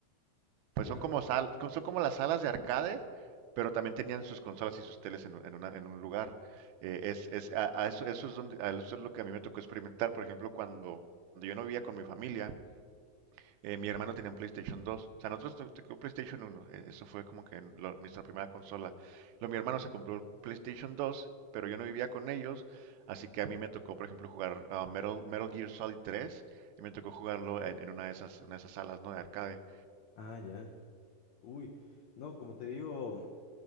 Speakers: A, on the right (about 85°); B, on the left (about 75°).
A: Pues
B: Ya.
A: son como sal, co- son como las salas de arcade, pero también tenían sus consolas y sus teles en, un- en una- en un lugar. Eh, es, es, a, a eso, eso es donde, a eso es lo que a mí me tocó experimentar. Por ejemplo, cuando, cuando yo no vivía con mi familia, eh, mi hermano tenía un PlayStation dos. O sea, nosotros tu- tocó PlayStation uno. eh, eso fue como que lo- nuestra primera consola. Luego mi hermano se compró el PlayStation dos, pero yo no vivía con ellos. Así que a mí me tocó, por ejemplo, jugar ah, Metal, Metal Gear Solid tres Y me tocó jugarlo en, en una de esas, una de esas salas, ¿no? De arcade.
B: Ah, ya. Uy, no, como te digo.